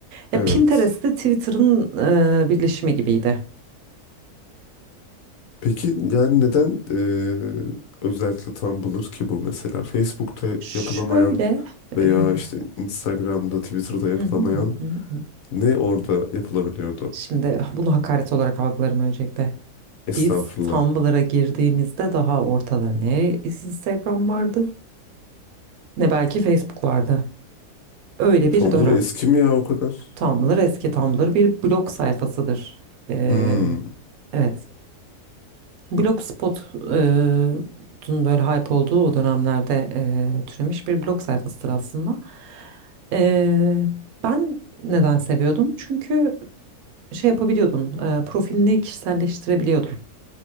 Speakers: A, on the right; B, on the left.
A: Ya
B: Evet.
A: Pinterest de Twitter'ın e, birleşimi gibiydi.
B: Peki yani neden eee, özellikle Tumblr ki bu mesela Facebook'ta
A: Şöyle
B: yapılamayan veya
A: e, hı
B: işte Instagram'da, Twitter'da yapılamayan
A: hı hı hı hı.
B: ne orada yapılabiliyordu?
A: Şimdi bunu hakaret olarak algılarım öncelikle.
B: Estağfurullah.
A: Biz Tumblr'a girdiğimizde daha ortada ne Instagram vardı ne belki Facebook vardı. Öyle
B: Tumblr
A: bir dönem.
B: eski mi ya o kadar?
A: Tumblr eski Tumblr bir blog sayfasıdır. Ee,
B: Hmm.
A: evet. Blogspot'un böyle hype olduğu o dönemlerde e, türemiş bir blog sayfasıdır aslında. Ee, ben neden seviyordum? Çünkü şey yapabiliyordun, e, profilini kişiselleştirebiliyordun.